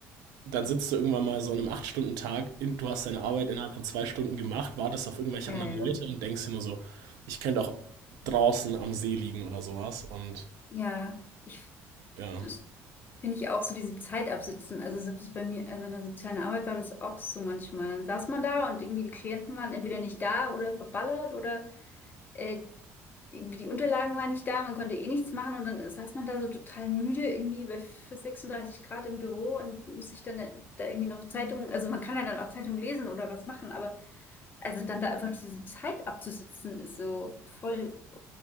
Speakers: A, on the right (about 80°); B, on the left (about 35°).
A: dann sitzt du irgendwann mal so an einem 8-Stunden-Tag, in- du hast deine Arbeit innerhalb von zwei Stunden gemacht, wartest auf irgendwelche
B: ja,
A: anderen
B: ja.
A: Leute
B: Ja,
A: und denkst dir nur so, ich könnte auch draußen am See liegen oder sowas. Und
B: Ja, ich
A: ja.
B: das finde ich auch so diese Zeit absitzen. Also selbst bei mir, also in der sozialen Arbeit war das auch so manchmal. Dann saß man da und irgendwie die Klienten waren entweder nicht da oder verballert oder äh, irgendwie die Unterlagen waren nicht da, man konnte eh nichts machen und dann saß man da so total müde irgendwie bei für 36 Grad im Büro und muss sich dann da irgendwie noch Zeitungen, also man kann ja dann auch Zeitungen lesen oder was machen, aber also dann da einfach diese Zeit abzusitzen ist so voll